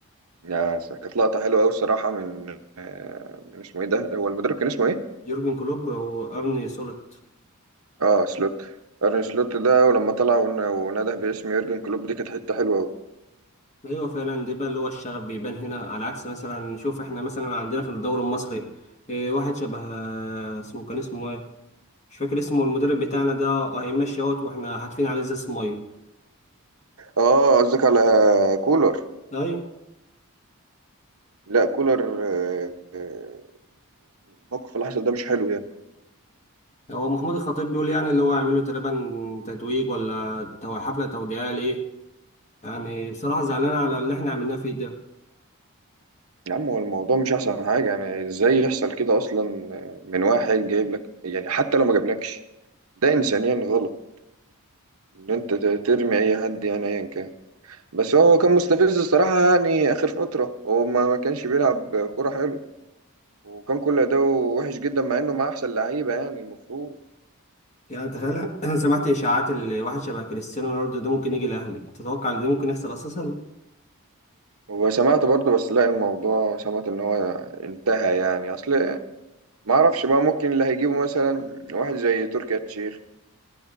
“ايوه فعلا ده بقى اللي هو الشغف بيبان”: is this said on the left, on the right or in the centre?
Left